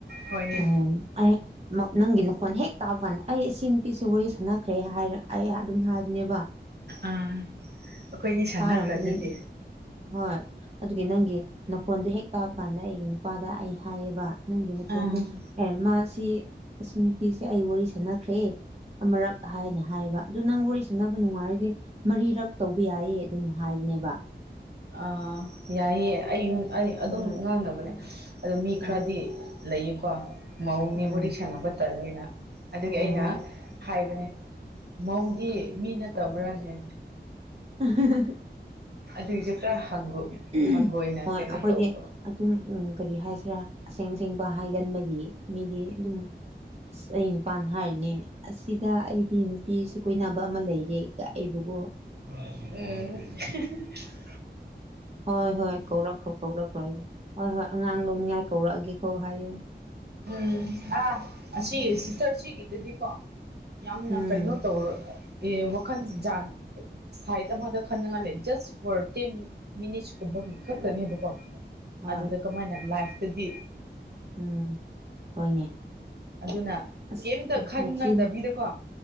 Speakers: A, on the right; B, on the right.
A: ꯍꯣꯏꯌꯦ
B: ꯎꯝ ꯑꯩ ꯅꯪꯒꯤ ꯅꯈꯣꯟ ꯍꯦꯛ ꯇꯥꯕ ꯀꯥꯟꯗ ꯑꯩ ꯁꯤ ꯅꯨꯄꯤꯁꯤ ꯋꯥꯔꯤ ꯁꯥꯟꯅꯈ꯭ꯔꯦ ꯍꯥꯏꯔ ꯑꯩ ꯑꯗꯨꯝ ꯍꯥꯏꯕꯅꯦꯕ
A: ꯑꯥ ꯑꯩꯈꯣꯏꯅꯤ ꯁꯥꯟꯅꯈ꯭ꯔꯗꯨꯗꯤ
B: ꯇꯥꯔꯝꯒꯅꯤ ꯍꯣꯏ ꯑꯗꯨꯒꯤ ꯅꯪꯒꯤ ꯅꯈꯣꯟꯗꯣ ꯍꯦꯛ ꯇꯥꯕ ꯀꯥꯟꯗ ꯑꯩꯒꯤ ꯅꯨꯄꯥꯗ ꯑꯩ ꯍꯥꯏꯌꯦꯕ ꯅꯪꯒꯤ ꯅ
A: ꯑꯥ
B: ꯐꯣꯟꯗꯣ ꯑꯦ ꯃꯥ ꯁꯤ ꯑꯁꯤ ꯅꯨꯄꯤꯁꯦ ꯑꯩ ꯋꯥꯔꯤ ꯁꯥꯟꯅꯈ꯭ꯔꯦ ꯑꯃꯨꯔꯛ ꯍꯥꯏꯅ ꯍꯥꯏꯕ ꯑꯗꯨ ꯅꯪ ꯋꯥꯔꯤ ꯁꯥꯟꯅꯕ ꯅꯨꯡꯉꯥꯏꯔꯗꯤ ꯃꯔꯤꯔꯛ ꯇꯧꯕ ꯌꯥꯏꯑ ꯑꯗꯨꯝ ꯍꯥꯏꯕꯅꯦꯕ
A: ꯑꯥ ꯌꯥꯏꯑꯦ ꯑꯩ ꯑꯩ
B: ꯎꯝ
A: ꯑꯗꯨꯝ ꯉꯥꯡꯅꯕꯅꯦ ꯑꯗꯣ ꯃꯤ
B: ꯍꯣꯏ
A: ꯈꯔꯗꯤ ꯂꯩꯌꯦꯀꯣ ꯃꯧꯅꯦ
B: ꯎꯝ
A: ꯋꯥꯔꯤ ꯁꯥꯅꯕꯥ ꯇꯂꯦꯅ ꯑꯗꯨꯒꯤ
B: ꯍꯣꯏ
A: ꯑꯩꯅ
B: ꯍꯣꯏ
A: ꯍꯥꯏꯕꯅꯦ ꯃꯧꯗꯤ ꯃꯤ ꯅꯠꯇꯕ꯭ꯔꯥꯅꯦ
B: ꯎ <unintelligible>
A: ꯑꯗꯨꯏꯁꯨꯦ ꯈꯔꯪ ꯍꯪꯒꯣꯏ
B: ꯍꯣꯏ
A: ꯍꯪꯒꯣꯏꯅ ꯀꯩꯅꯣ
B: ꯑꯩꯈꯣꯏꯗꯤ
A: ꯇꯧꯕ
B: ꯑꯗꯨꯝ ꯎꯝ ꯀꯔꯤ ꯍꯥꯏꯁꯤꯔꯥ ꯑꯁꯦꯡ ꯑꯁꯦꯡꯕ ꯍꯥꯏꯒꯟꯕꯒꯤ ꯃꯤꯗꯤ ꯑꯗꯨꯝ ꯑꯁ ꯑꯩ ꯅꯨꯄꯥꯟꯅ ꯍꯥꯏꯔꯤꯅꯦ ꯑꯁꯤꯗ ꯑꯩꯗꯤ ꯅꯨꯄꯤꯁꯨ ꯀꯣꯏꯅꯕ ꯑꯃ ꯂꯩꯔꯦ ꯑꯩꯕꯨꯒꯣ
A: ꯎꯝ <unintelligible>
B: ꯍꯣꯏ ꯍꯣꯏ ꯀꯧꯔꯛꯈ꯭ꯔꯣ ꯀꯧꯔꯛꯈ꯭ꯔꯣ ꯍꯣꯏ ꯍꯣꯏ ꯑꯉꯥꯡ ꯂꯧꯅꯤꯡꯉꯥꯏ ꯀꯧꯔꯛꯑꯒꯦꯀꯣ ꯍꯥꯏꯌꯦ
A: ꯎꯝ ꯑꯥ ꯑꯁꯤ ꯁꯤꯁꯇꯔ ꯁꯤꯒꯤꯗꯗꯤꯀꯣ ꯌꯥꯝꯅ
B: ꯎꯝ
A: ꯀꯩꯅꯣ ꯇꯧꯔ ꯑꯦ ꯋꯥꯈꯜ ꯖꯠ ꯁꯥꯏꯠ ꯑꯃꯗ ꯈꯟꯅꯉꯜꯂꯦ ꯖꯁ ꯐꯣꯔ ꯇꯦꯟ ꯃꯤꯅꯤꯠꯁ ꯀꯨꯝꯕꯒꯤ ꯈꯛꯇꯅꯦꯕꯀꯣ
B: ꯍꯣꯏ
A: ꯑꯗꯗꯥ ꯀꯃꯥꯏꯅ ꯂꯥꯏ꯭ꯐꯇꯥꯗꯤ
B: ꯎꯝ ꯍꯣꯏꯅꯦ
A: ꯑꯗꯨꯅ
B: ꯑꯁ
A: ꯀꯩꯝꯇ ꯈꯟꯅꯗꯕꯤꯗꯀꯣ
B: ꯋꯥꯊꯤꯅꯤ